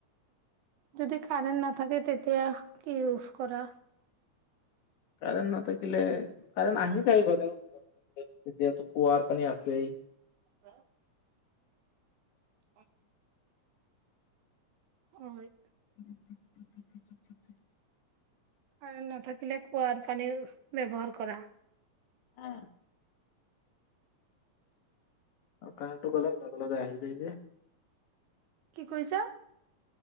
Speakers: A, on the right; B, on the left.
A: যদি কাৰেণ্ট নাথাকে তেতিয়া তিয়া কি ইউজ কৰা
B: কাৰেণ্ট নাথাকিলে কাৰেণ্ট আহি যায় গলেও তেতিয়াতো কুঁৱাৰ পানী আছেই
A: আছে ব অ হয়
B: উ উ উ উ উ <unintelligible>
A: কাৰেণ্ট নাথাকিলে কুঁৱাৰ পানী ব্যৱহাৰ কৰা
B: অহ্ কাৰেণ্টটো গলে লগে লগে আহি যাই যে
A: কি কৈছা